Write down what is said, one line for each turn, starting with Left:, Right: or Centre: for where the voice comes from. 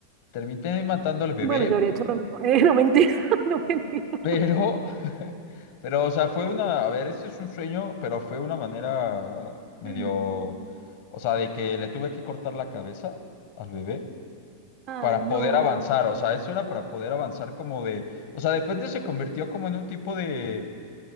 Left: Terminé matando al bebé,
Right: Bueno, yo habría hecho lo mismo. <laughs> Eh, no mentira, <laughs> no mentira.
Left: pero, <laughs> pero, o sea, fue una, a ver, esto es un sueño, pero fue una manera medio,
Right: Ay, no.
Left: o sea, de que le tuve que cortar la cabeza al bebé
Right: Ay,
Left: para
Right: no.
Left: poder avanzar, o sea, eso era para poder avanzar como de, o sea, de repente se convirtió como en un tipo de,